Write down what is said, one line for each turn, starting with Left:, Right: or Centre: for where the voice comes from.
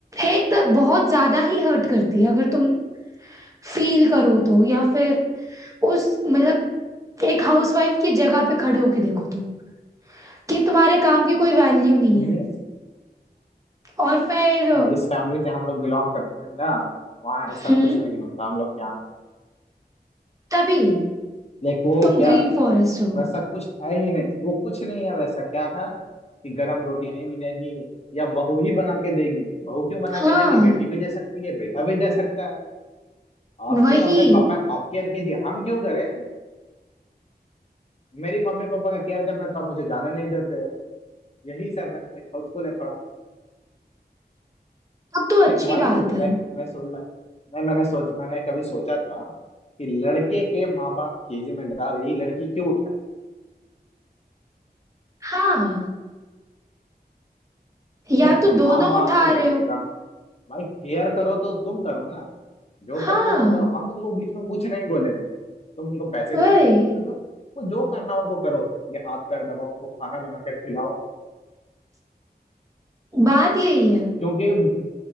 Right: एक तो बहुत ज्यादा ही हर्ट करती है अगर तुम फील करो तो या फिर उस मतलब एक हाउसवाइफ की जगह पे खड़े होके देखो तो कि तुम्हारे काम की कोई वैल्यू नहीं
Left: नहीं
Right: है और फिर
Left: जिस फैमिली से हम लोग बिलोंग करते हैं ना वहाँ ऐसा
Right: हम्म
Left: कुछ नहीं होता हम लोग के यहाँ
Right: तभी
Left: लाइक वो
Right: तुम
Left: क्या
Right: ग्रीन फॉरेस्ट हो
Left: वैसा कुछ है ही नहीं वो कुछ नहीं है वैसा क्या था कि गरम रोटियां ही मिलेंगी या बहू ही बना के देगी बहू क्यों बना
Right: हाँ
Left: के देगी बेटी भी दे सकती है बेटा भी दे सकता है आपकी
Right: वही
Left: मम्मी पापा आप केयर कीजिए हम क्यों करें मेरी मम्मी पापा का केयर करना तो आप मुझे जाने नहीं देते यही सब है ये हाउटफुल है थोड़ा
Right: अब तो
Left: लाइक
Right: अच्छी
Left: वाई
Right: बात
Left: टू
Right: है
Left: लाइक मैं सोच मैं, मैं मैंने सोच मैंने कभी सोचा था कि लड़के के माँ बाप की जिम्मेदारी लड़की क्यों उठाए
Right: हाँ या
Left: लाइक
Right: तो दोनों
Left: माँ बाप
Right: उठा
Left: हो लड़के
Right: रहे हो
Left: का भाई केयर करो तो तुम करो ना जो
Right: हाँ
Left: करना है तुम करो हम तुमको बीच में कुछ नहीं बोलेंगे तुम उनको पैसे
Right: वही
Left: देना है तो वो जो करना है उनको करो उनके हाथ पैर दबाओ उनको खाना बना कर खिलाओ
Right: बात यही है
Left: क्योंकि